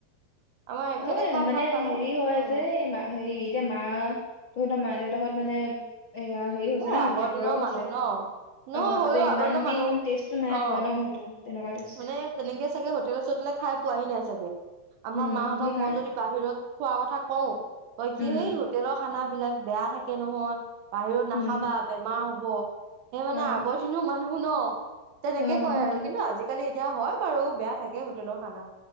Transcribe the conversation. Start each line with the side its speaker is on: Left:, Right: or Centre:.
Right: আমাৰ এখেতে
Left: অ
Right: খাই
Left: মানে
Right: ভাল পালে।
Left: হেৰি হয়
Right: অ
Left: যে হেৰি এতিয়া মা তত মা দেউতাহঁত মানে এয়া হেৰি হৈছে
Right: এই
Left: ন
Right: আগৰ
Left: এতিয়া
Right: দিনৰ
Left: বয়স হৈছে।
Right: মানুহ ন নহয়
Left: অ
Right: হ'লেও
Left: তাতে ইমান
Right: আগৰ দিনৰ
Left: দিন
Right: মানুহ
Left: টেষ্টটো নাই
Right: অ
Left: পোৱা ন সেইটো। তেনেকুৱা টেষ্ট
Right: মানে তেনেকে চাগে হোটেলে চোটেলে খাই পোৱাহি নাই চাগে? আমাৰ
Left: উম
Right: মাহতক
Left: সেইকাৰণে
Right: মই যদি বাহিৰত খোৱা কথা কও, তই কি
Left: উম
Right: সেই হোটেলৰ খানা বিলাক বেয়া থাকে নহয়। বাহিৰত নাখাবা
Left: উম
Right: বেমাৰ হব, সেই মানে
Left: অ
Right: আগৰ দিনৰ মানুহ ন। তেনেকে
Left: অ
Right: কয়
Left: সেইটোৱে
Right: আৰু। কিন্তু আজিকালি এতিয়া হয় বাৰু বেয়া থাকে হোটেলৰ খানা।